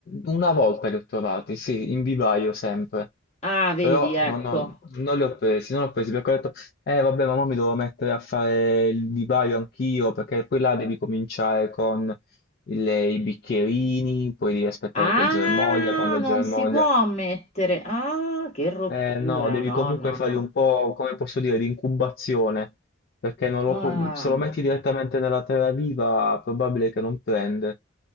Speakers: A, on the left; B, on the left.
A: una volta li ho trovati, sì, in vivaio sempre,
B: ah, vedi,
A: però
B: ecco.
A: non, ho- non li ho presi, non li ho presi perché ho detto, eh vabbè, ma mo mi devo mettere a fare il vivaio anch'io, perché poi là devi cominciare con il- i bicchierini, poi devi aspettare
B: Ah,
A: che germoglia, quando
B: non
A: germoglia
B: si può mettere. Ah, che rottura.
A: eh, no, devi
B: No,
A: comunque
B: no,
A: fargli
B: no.
A: un po', come posso dire, di incubazione, perché non lo
B: Ah.
A: pu- se lo metti direttamente nella terra viva, è probabile che non prende.